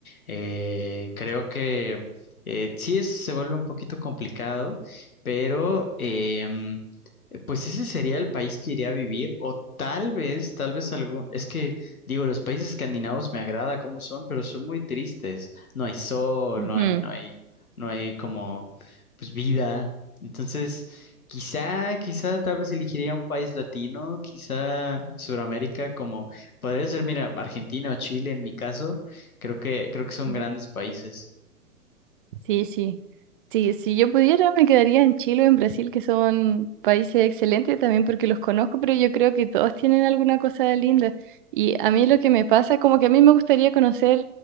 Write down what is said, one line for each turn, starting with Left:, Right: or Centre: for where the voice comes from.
Left: Eh, creo que eh, sí es, se vuelve un poquito complicado, pero em, pues ese sería el país que iría a vivir o tal vez, tal vez algún, es que digo, los países escandinavos me agrada cómo son, pero son muy tristes. No hay sol,
Right: Ujú.
Left: no hay, no hay no hay como pues vida. Entonces, quizá, quizá tal vez elegiría un país latino, quizá Sudamérica, como podría ser, mira, Argentina o Chile en mi caso, creo que, creo que son
Right: Ujú.
Left: grandes países.
Right: Sí, sí. Sí, si yo pudiera, me quedaría en Chile o en Brasil, que son países excelentes también porque los conozco, pero yo creo que todos tienen alguna cosa linda. Y a mí lo que me pasa, como que a mí me gustaría conocer